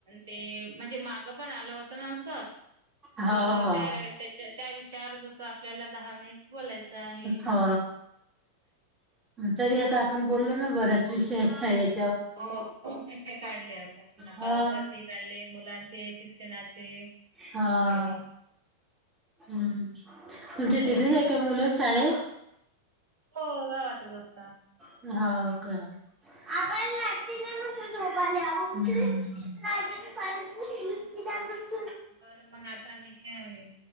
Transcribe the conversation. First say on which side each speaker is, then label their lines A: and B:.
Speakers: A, on the right; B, on the right.
A: ते म्हणजे माग पण आलं होत ना अस
B: हो
A: त
B: हो.
A: त्या त्याच्या त्या विष यावर जस आपल्याला दहा मिनिट बोलायचं आहे.
B: हो तरी आता आपण बोललो ना बऱ्याच विषयात आहेत.
A: हो खूप विषय काढले आपण
B: हा
A: पावसाची काढले मुलांचे शिक्षणाचे सर्व.
B: हा. हम्म तुमच्या
A: हे
B: तिथेच
A: काय
B: आहे
A: ना
B: का मुलं शाळेत.
A: हो गावातच असता.
B: हा का. <unintelligible> <unintelligible>
A: बरं मग आता निघले आहे